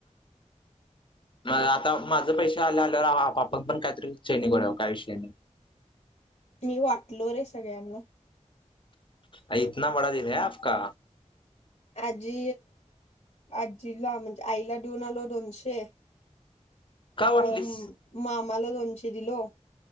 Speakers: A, on the left; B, on the left.
A: म आता माझ पैसे आल्या आल्यावर आपण पण काहीतरी ेनंगराव काही विषय नाही
B: मी वाटलो रे सगळ्यांना
A: अ इतना बडा दिल ह आप का
B: आजी आजीला म्हणजे आईला देऊन आलो दोनशे
A: का वाटलीस
B: अ मामाला दोन शर लो